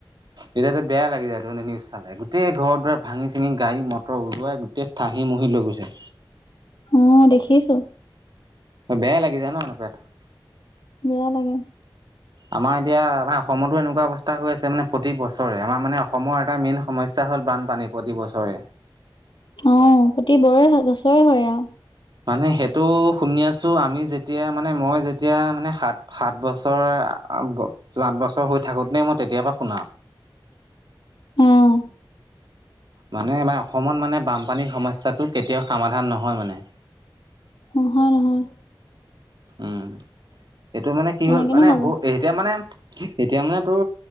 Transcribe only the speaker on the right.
এতিয়াাত বেয়া লাগি যায়টো নিউজ চে গোটেই ঘৰ দুৱাৰ ভাঙি-চিঙি গাডী মতৰ ওলাই গোটেই ঠাই, ঠাহি মহী লৈ গৈছে।
বেয়াই লাগি যায় ন' এনেকুৱাত।
আমাৰ এতিয়া মানে অসমতো এনেকুৱা অৱস্থা হৈ আছে মানে প্ৰতি বছৰে, আমাৰ মানে অসমৰ এটা মেইন সমস্যা হ'ল বানপানী প্ৰতিবছৰে।
মানে সেইটো শুনি আছো, আমি যেতিয়া মানে মই যেতিয়া মানে সাত সাত বছৰ আঠ বছৰ হৈ থাকোঁতেনে মই তেতিয়াৰ পৰা শুনা।
মানে আমাৰ অসমত মানে বানপানীৰ সমস্যাটো কেতিয়াও সমাধান নহয় মানে।
উ, ম এইটো মানে কি
হ'ল। মানে
এতিয়া মানে এতিয়া মানে তোৰ